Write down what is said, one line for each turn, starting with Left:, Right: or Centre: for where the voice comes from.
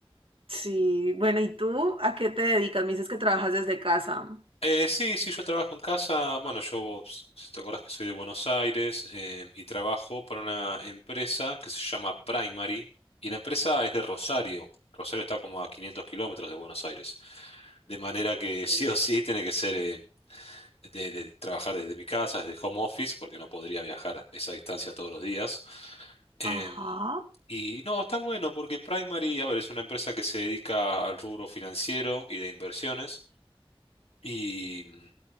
Right: sí, bueno, ¿y tú a qué te dedicas? Me dices que trabajas desde casa.
Left: Eh, sí, sí, yo trabajo en casa. Bueno, yo, vos, si te acordás que soy de Buenos Aires eh, y trabajo para una empresa que se llama Primary y la empresa es de Rosario. Rosario está como a 500 kilómetros de Buenos Aires. De manera
Right: Ah,
Left: que
Right: ok.
Left: <laughs> sí o sí tiene que ser eh, de, de trabajar desde mi casa, desde home office, porque no podría viajar esa distancia todos los días. Em,
Right: Ajá.
Left: y no, está bueno porque Primary, a ver, es una empresa que se dedica al rubro financiero y de inversiones y mm,